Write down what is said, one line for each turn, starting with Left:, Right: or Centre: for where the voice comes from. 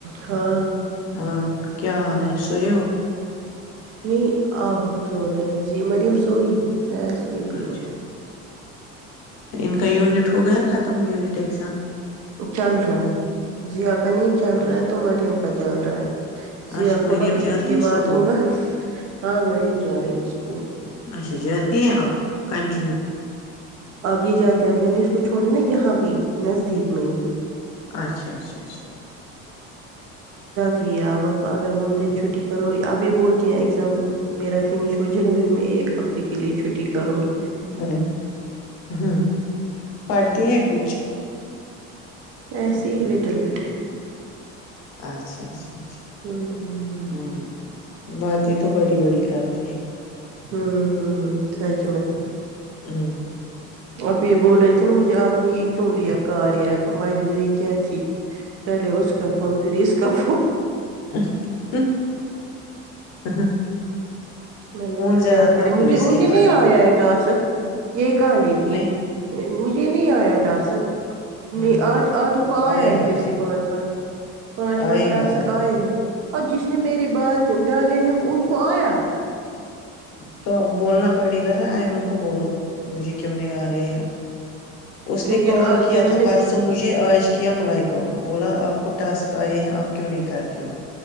Right: ہاں
Left: ہاں کیا حال ہے سو ہو
Right: نہیں آپ سو رہے ہیں جی مریم سوئی میںس یہ پوں
Left: اچھا ان کا یونٹ ہو گیا ختم یونٹ اگزام
Right: چل رہا ہے جی آپ پ نہیں چل
Left: اچھا
Right: رہا ہیں تو مریم کا چل رہا ہے
Left: اچھا
Right: یا حکومت
Left: مریم جا
Right: عید
Left: رہی
Right: کے
Left: ہے اسکول
Right: بعد ہوگا ہاں مریم جا رہی ہے اسکول
Left: اچھا جاتی ہیں آپ کنٹینیو
Right: اب یہ جاتے اب میں نے اس کو چھوڑا نا یہاں پہ نزدیک میں ہی
Left: اچھا اچھا اچھا
Right: تی اب ہم اگر بولتے ہیں چھٹی کرو ابھی بولتے ہیں ایگزام میرا فنش ہو جائے گا پھر میں ایک ہفتے کے لیے چھٹی کروں گی
Left: ا ہ پڑھتی ہیں کچھ
Right: ایسے ہی لٹل بٹل
Left: اچھا اچھا
Right: ہمم
Left: ہوں باتیں تو بڑی بڑی کرتی ہیں
Right: ہوں ہ سائ چ میں
Left: ہ
Right: اب یہ بول رہے تھے نا مجھے آپ نے یہ کیوں لیا کراریاپ مجبوری کیا تھی پہلے اس کا فون پھر اس کا کبو
Left: <inaudible> ہ
Right: میں نے بولا
Left: زیادہ
Right: کیا
Left: مت
Right: کرے مجھے
Left: دو اس
Right: مجھے
Left: کے ہاتھ
Right: نہیں
Left: میں
Right: آیا ہے ٹاسک یہی کہاں لیتی ہیں
Left: نہیں
Right: مجھے نہیں آیا ٹاسک نہیں
Left: ہ
Right: آج
Left: ہ ہ
Right: آدوں کو آیا
Left: آئے
Right: ہے
Left: گا
Right: پھر
Left: آئے
Right: سے پانچ
Left: گا
Right: پانچ پانچ
Left: آئے
Right: پانچ ٹاسک
Left: گا گا
Right: آئے ہیں اور جس نے میرے بد ڈالے ہیں ان کویاں
Left: تو اب بولنا پڑے گا نا آئم ان کو بولو مجھے کیوں نہیں آ رہے ہیں اس
Right: کیونکہ
Left: نے کال کیا
Right: جنہوں
Left: تھا
Right: نے
Left: پرسوں مجھے آج کیا ملائکہ کو بولا آپ کو ٹسک آئے ہیں آپ کیوں نہیں کرتی ہو